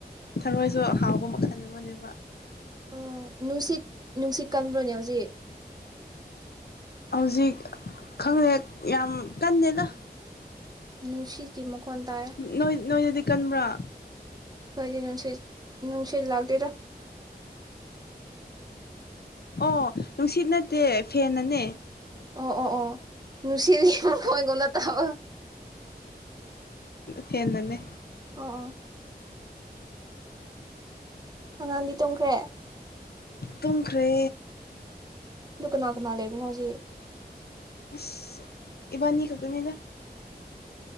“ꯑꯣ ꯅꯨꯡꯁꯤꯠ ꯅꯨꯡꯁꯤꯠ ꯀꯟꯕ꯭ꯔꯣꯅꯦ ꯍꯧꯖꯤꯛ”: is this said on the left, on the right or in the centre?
Right